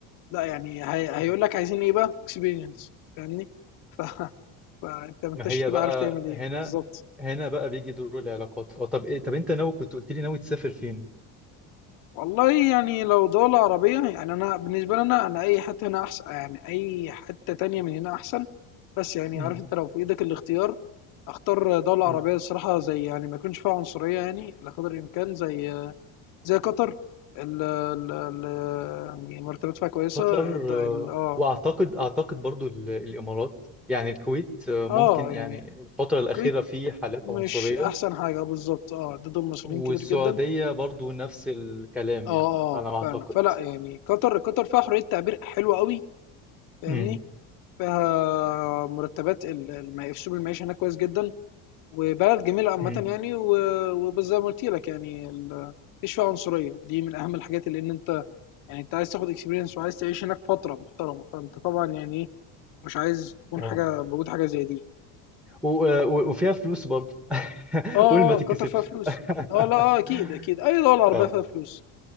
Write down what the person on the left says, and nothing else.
لا يعني هي...
هيقول لك عايزين ايه بقى اكسبيرينس فاهمني <laughs> ف... فانت ما انتش
هتبقى
عارف تعمل ايه
بالظبط
والله يعني لو دولة عربية يعني أنا بالنسبة لي أنا أنا أي حتة هنا أحسن يعني أي حتة تانية من هنا أحسن بس يعني
عارف أنت لو في إيدك الاختيار أختار دولة
عربية الصراحة زي يعني ما يكونش فيها عنصرية يعني إلى قدر الإمكان زي زي قطر ال ال ال يعني مرتبات فيها كويسة
الد- ال
اه
اه يعني
الكويت
مش
أحسن حاجة آه، بالظبط اه ضد المصريين
كتير جدا
اه
اه
فعلا فلا يعني قطر قطر فيها حرية تعبير حلوة قوي فاهمني
فيها مرتبات ال- الم- اسلوب المعيشه هناك كويس جدا وبلد جميله عامه
يعني و- وبس زي ما قلت لك يعني ال- مفيش فيها عنصريه ودي من اهم الحاجات اللي ان انت يعني انت عايز تاخد اكسبيرينس وعايز تعيش هناك فتره محترمه فانت طبعا يعني ايه مش عايز تكون
حاجه موجود حاجه زي دي
اه
اه
قطر فيها فلوس اه لا اه
اكيد اكيد اي دوله عربيه
فيها فلوس